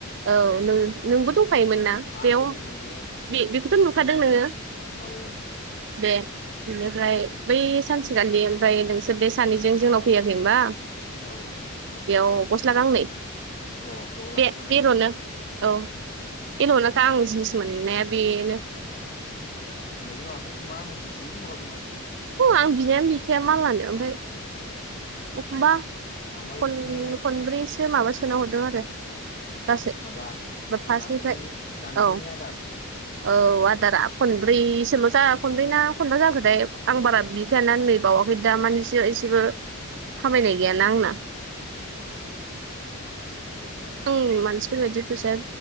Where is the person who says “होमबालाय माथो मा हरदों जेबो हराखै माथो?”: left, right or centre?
Left